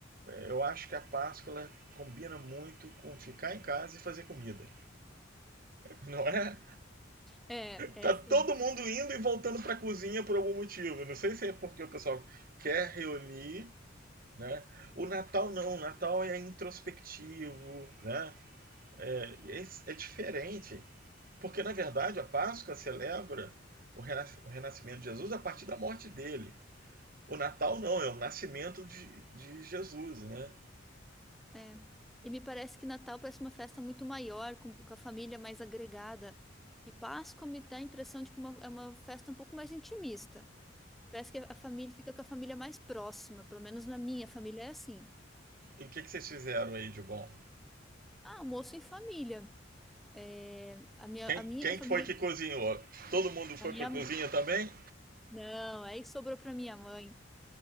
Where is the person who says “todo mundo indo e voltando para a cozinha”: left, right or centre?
Right